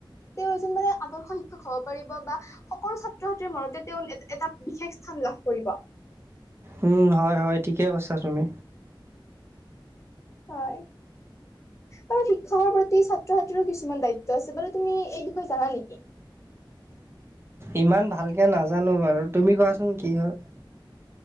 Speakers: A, on the left; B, on the right.
A: তেওঁ এজন মানে আদৰ্শ শ খাব পাৰিব বা সকলো ছাত্ৰ ছাত্ৰীৰ মনতে তেওঁ এটা বিশেষ স্থান লাভ কৰিব
B: উম, হয় হয় ঠিকে কৈছা তুমি
A: হয় বাৰু শিক্ষকৰ প্ৰতি ছাত্ৰ ছাত্ৰীৰো কিছুমান দায়িত্ব আছে বাৰু তুমি এই বিষয়ে জানা নেকি
B: ইমান ভালকে নাজানো বাৰু তুমি কোৱাচোন কি হয় <inaudible>